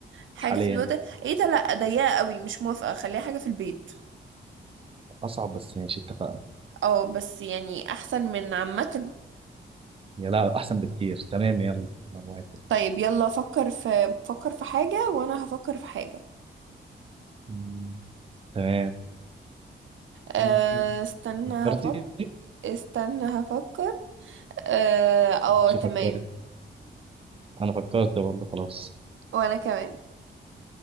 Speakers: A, on the right; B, on the right.
A: حاجة
B: حاليا
A: في الوضع ايه ده لا ضيقة قوي مش موافقة خليها حاجة في البيت
B: اصعب بس ماشي اتفقنا
A: اه بس يعني احسن من عامة
B: يا لا احسن بكتير تمام يلا انا موافق
A: طيب يلا فكر في فكر في حاجة وانا هفكر في حاجة
B: مم. تمام
A: آه
B: ممكن
A: استنى
B: فكرتي
A: هفكر استنى هفكر اه آه،
B: ماشي
A: تمام
B: فكرت انا فكرت برضه خلاص
A: وانا كمان